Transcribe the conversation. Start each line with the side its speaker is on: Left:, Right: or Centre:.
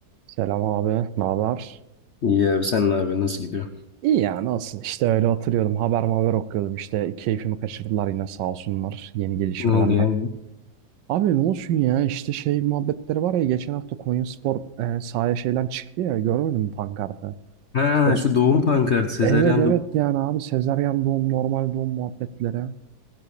Right: Selam abi, ne haber?
Left: İyi abi sen ne yapıyorsun? Nasıl gidiyor?
Right: İyi ya nasıl? İşte öyle oturuyordum, haber haber okuyordum İşte keyfimi kaçırdılar yine sağ olsunlar yeni gelişmelerle.
Left: Ne oldu ya?
Right: Abi ne olsun ya işte şey muhabbetleri var ya geçen hafta Konyaspor e, sahaya şeyden çıktı ya görmedin mi pankartı?
Left: Ha
Right: İşte
Left: şu doğum pankartı. Sezaryen
Right: evet evet
Left: doğum.
Right: yani abi sezaryen doğum normal doğum muhabbetlere.